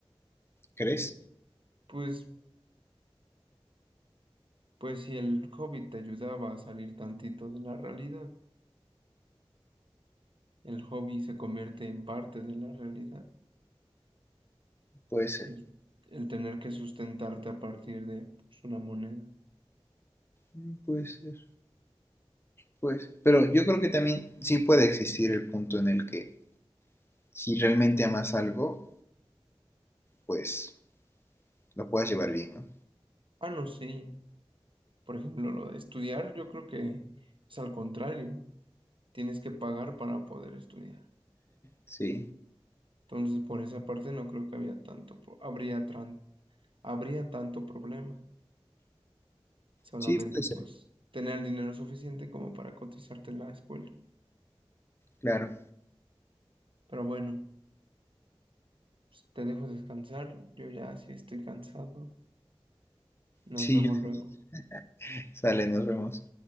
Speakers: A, on the left; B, on the right.
A: crees,
B: Y pues, pues si el hobby te ayudaba a salir tantito de la realidad, el hobby se convierte en parte de la realidad.
A: puede ser,
B: El, el tener que sustentarte a partir de pues, una moneda.
A: mm, puede ser, puede ser. Pero yo creo que también sí puede existir el punto en el que si realmente amas algo, pues lo puedas llevar bien, ¿no?
B: Ah, no, sí. Por ejemplo, lo de estudiar, yo creo que es al contrario, tienes que pagar para poder estudiar.
A: Sí,
B: Entonces, por esa parte no creo que había tanto, pro- habría, tran- habría tanto problema. Solamente
A: sí, puede
B: pues
A: ser,
B: tener el dinero suficiente como para cotizarte en la escuela.
A: claro.
B: Pero bueno, pues, te dejo descansar, yo ya sí estoy cansado. Nos
A: Sí,
B: vemos
A: yo- <laughs>
B: luego.
A: sale, nos vemos.